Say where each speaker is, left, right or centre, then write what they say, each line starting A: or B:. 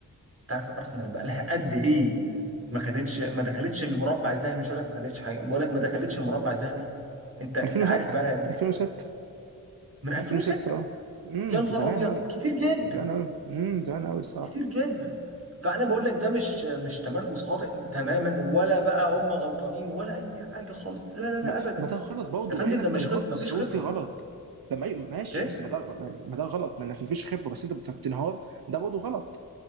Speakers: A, on the right; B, on the right.
A: انت عارف الارسنال بقى لها قد ايه ما خدتش ما دخلتش المربع الذهبي مش هقول لك ما خدتش حاجه بقول لك ما دخلتش المربع الذهبي انت انت
B: 2006
A: عارف بقى لها قد ايه
B: 2006
A: من 2006
B: 2006 اه امم
A: يا نهار
B: زمان
A: ابيض
B: قوي
A: كتير جدا
B: زمان قوي امم زمان قوي الصراحه
A: كتير جدا فانا بقول لك ده مش مش تمركز خاطئ تماما ولا بقى هم غلطانين ولا اي حاجه خالص لا لا لا
B: ما,
A: ابدا
B: ما ده غلط برضه
A: يا فندم
B: مع انك
A: ده مش
B: تنهار
A: خب...
B: في
A: ما فيش
B: الظروف
A: خبره
B: دي غلط لما أي ماشي
A: ايه
B: بس ما ده ما ما ده غلط ما انك مفيش خبره بس انت بتنهار ده برضه غلط